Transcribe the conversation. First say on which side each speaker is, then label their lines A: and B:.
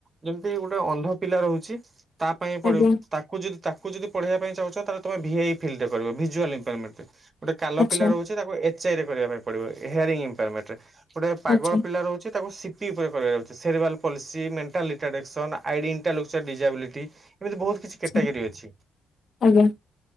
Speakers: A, on the right (about 30°); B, on the left (about 55°).
A: ଯେମିତି ଗୋଟେ ଅନ୍ଧ ପିଲା ରହୁଛି ତା ପାଇଁ ପଡିବ
B: ଆଜ୍ଞା
A: ତାକୁ ଯଦି ତାକୁ ଯଦି ପଢେଇିବା ପାଇଁ ଚାହୁଁଛ ତାହେ ତମ ଭିଆଇ ଫିଲ୍ ରେ କରିବ ଭିଜ୍ୱଆଲ ରେକ୍ୟୁର ମେଣ୍ଟଗୋଟେ କାଲ
B: ଆଚ୍ଛା
A: ପିଲା ରହୁଛି। ତାକୁ ଏଚଆଇରେ କରିବା ପାଇଁ ପଡିବ ହେୟାର ଇମ୍ପ୍ରମେଣ୍ଟ ଗୋଟେ ପାଗଳ
B: ଆଚ୍ଛା
A: ପିଲା ରହୁଛି ତାକୁ C <unintelligible> ସେରରିୱଲ୍ palsy mental detection ID intellectual disability. ଏମିତି ବହୁତ କିଛି
B: ଆଚ୍ଛା
A: କ୍ୟାଟାଗୋରୀ ଅଛି।
B: ଆଜ୍ଞା